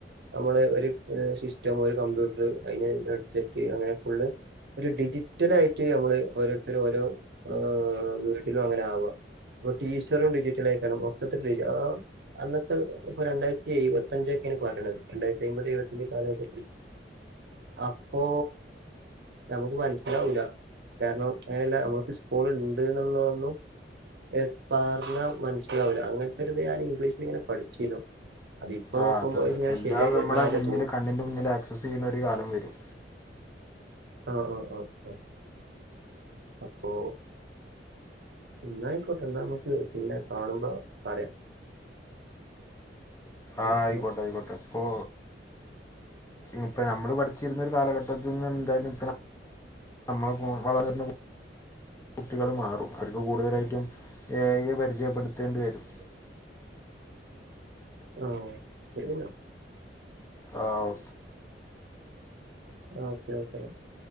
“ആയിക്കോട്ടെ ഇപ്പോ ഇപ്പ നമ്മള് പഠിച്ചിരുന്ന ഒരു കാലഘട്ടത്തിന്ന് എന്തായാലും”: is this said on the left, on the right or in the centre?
Left